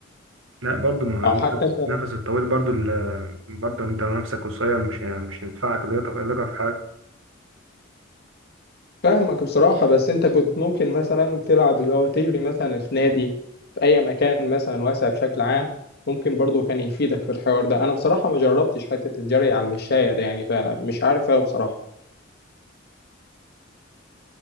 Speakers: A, on the right; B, on the left.
A: لا برضو ما هو
B: او
A: النفس
B: حتى انت
A: النفس الطويل برضو ال... برضو انت لو نفسك قصير مش مش هينفعك اللياقة اللياقة في حاجة
B: فاهمك بصراحة بس انت كنت ممكن مثلا تلعب اللي هو تجري مثلا في نادي في اي مكان مثلا واسع بشكل عام ممكن برضو كان يفيدك في الحوار ده انا بصراحة ما جربتش حتة الجري على المشاية ده يعني فمش عارف اوي بصراحة